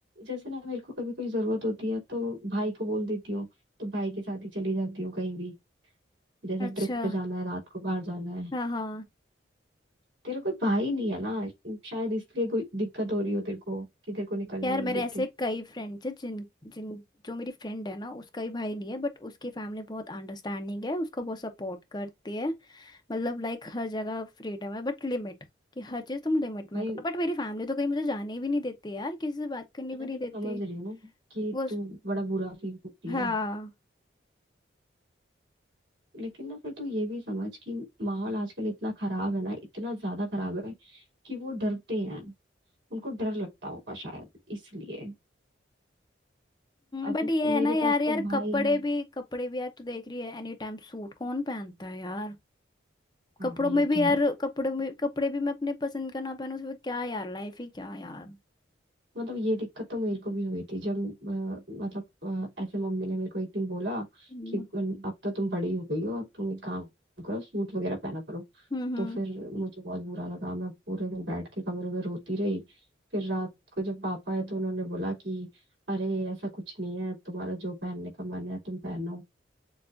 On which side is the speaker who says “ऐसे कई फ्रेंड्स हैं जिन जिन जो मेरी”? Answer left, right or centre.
Left